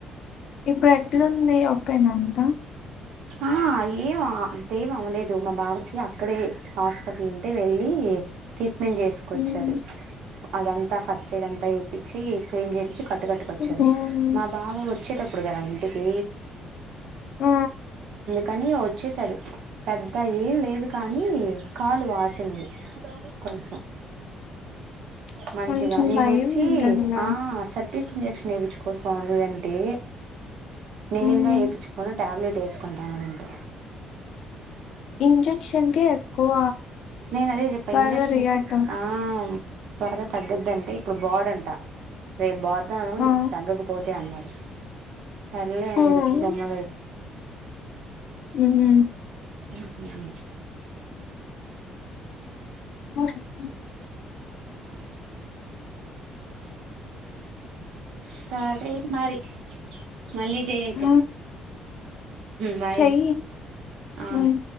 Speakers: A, on the left; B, on the right.
A: ఇప్పుడు ఎట్లుంది ఓకేనా అంతా
B: ఆ ఏం అంతేం అవ్వలేదు మా బాబకి అక్కడే హాస్పిటల్ ఉంటే వెళ్ళి <unintelligible> క్లీన్ చేసుకొచ్చారు
A: హ్మ్.
B: అదంతా ఫస్ట్ ఎయిడ్ అంతా చేపిచ్చి క్లీన్ చేపిచ్చి కట్టు కట్టుకొచ్చారు
A: హ్మ్.
B: మా బావ వచ్చేటప్పుడు కదా ఇంటికి
A: ఆ
B: కానీ వచ్చసాడు పెద్ద ఏం లేదు కానీ కాలు వాసింది కొంచం
A: <inaudible>
B: మంచిగా
A: కొంచెం
B: నేనొచ్చి
A: భయం ఉంటదిలే.
B: ఆ అస ఇంజక్షన్ వేయించుకో స్వామి అంటే నేన్ద
A: హ్మ్.
B: వేపిచ్చుకోను టాబ్లెట్ వేసుకుంటానంటూ
A: ఇంజక్షన్ కే ఎక్కువ
B: నేను అదే చెప్ప
A: త్వరగా
B: ఇంజెక్షన్కి
A: రియాక్ట్ అవు
B: ఆ త్వరగా తగ్గుదంటే ఇప్పుడు బోడుఅంట రేపు బోతాను
A: ఆ!
B: తగ్గకపో అన్నాడు సర్లే
A: హ్మ్.
B: అని చెప్పే గమ్మున
A: ఉమ్
B: ఉ
A: స్కూలుకు
B: <inaudible> సరే మరి మళ్ళీ జై అయితే
A: ఆ!
B: బాయ్
A: చెయ్యి.
B: ఆ
A: హ్మ్.